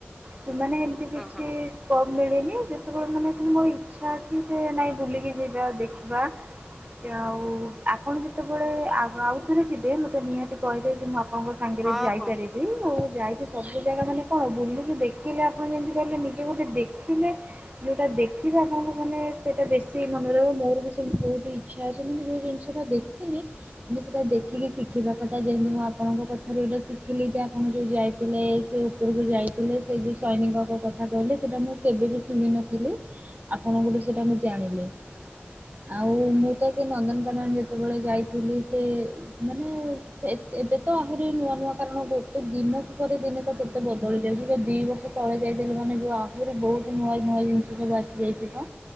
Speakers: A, on the right; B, in the centre.
A: ସେମାନେ ତି କିଛି
B: ହଁ ହଁ।
A: ସ୍କୋପ ମିଳିନି। ଯେତେବେଳେ ମାନେ କି ମୋ ଇଚ୍ଛା ଅଛି ଯେ ନାଇଁ ବୁଲିକି ଯିବା ଦେଖିବା। ଆଉ ଆପଣ ଯେତେବେଳେ ଆ ଆଉ ଥରେ ଯିବେ ମତେ ନିହାତି କହିବେ ଯେ ମୁଁ ଆ ତମ ସାଙ୍ଗରେ
B: ହଁ
A: ଯାଇପାରିବି
B: ହଁ
A: ମୁଁ। ଯାଇକି। ସବୁ ଜାଗା ମାନେ କଣ ବୁଲି। ମୁଁ ଦେଖିଲା। ଆପଣ ଯେମିତି କହିଲେ ନିଜେ ଗୋଟେ ଦେଖିଲେ ଯେଉଁଟା ଦେଖିବେ ଆପଣଙ୍କୁ ମାନେ ସେଇଟା ବେଶୀ ମନେ ରହିବ ମୋର ବି ସେମିତି ବହୁତ ଇଚ୍ଛା ଅଛି କିନ୍ତୁ ଯେଉଁ ଜିନିଷଟା ଦେଖିନି କିନ୍ତୁ ସେଇଟା ଦେଖିକି ଶିଖିବା କଥା ଯେମିତି ମୁଁ ଆପଣଙ୍କ କଥାରୁ ଏଇଟା ଶିଖିଲି ଯେ ଆପଣ ଯେଉଁ ଯାଇଥିଲେ ସେ ଉପରକୁ ଯାଇଥିଲେ ସେ ଯେଉଁ। ସୈନିକଙ୍କ କଥା କହିଲେ ସେଟା ମୁଁ କେବେବି ଶୁଣୁନଥିଲି ଆପଣଙ୍କଠୁ ସେଟା ମୁ ଜାଣିଲି ଆ ମୁଁ ମୁଁ ତ କେ ନନ୍ଦନକାନନ ଯା ଯେତେବେଳେ ଯାଇଥିଲି ସେ ମାନେ ସେ ଏବେ ତ ଆହୁରି ନୂଆ ନୂଆ କାରଣ ଗୋଟେ ଦିନକୁ ପରେ ଦିନ ତ କେତେ ବଦଳି ଯାଉଛି ଯେ ଦି ବର୍ଷ। ତଳେ ଯାଇଥିଲି ମାନେ ଯେଉଁ ଆହୁରି ବହୁତ ନୂଆ ନୂଆ ଜିନିଷ ସବୁ ଆସିଯାଇଛି ତ